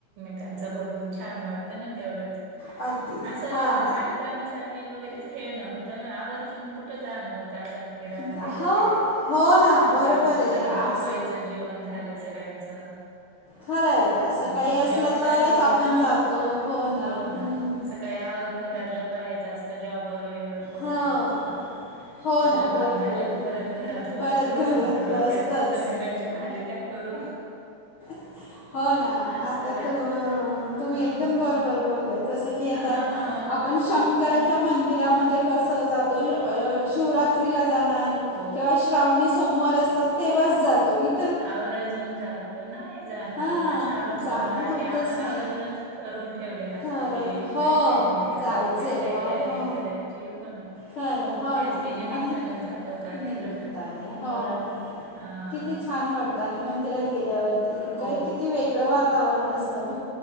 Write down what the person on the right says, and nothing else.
त्यांचं बघून छान वाटतं ना तेवढच
असं
कार्य क्रमासाठी वगैरे खेळणं होतं ना आव- आजून कुठं? जाणं होत अस मंदिरामध्ये
वगैरे.
आजकालचं
तर
धावपळीच जीवन झालंय सगळ्यांचं.
हा
जॉब साठी
हा
हो ना
स- काय आवरून घरातलं पडायचं असतं जॉबवर वेळेवर. पोहोचायचं
असत
तिथलं
काम झालं की परत घरातलं-
चालूच
असतं डोक्यात
संध्याकाळची भाजी काय? करू.
असं
राहत
ना हा
हा
तसच
आहे.
हो
आवर्जून जातो नाही जाणं
होत. आणि श्रावण सोमवार
आहे
आपण
अगोदरच- ठरून ठेवलेलं असतं
की
जायचंय मंदिरामध्ये
काय? काय?
तयारी
करायची हो ना.
तेच
कि निमित्तान
जातो कार्यक्रमाच्या
बरोबर हा.
हो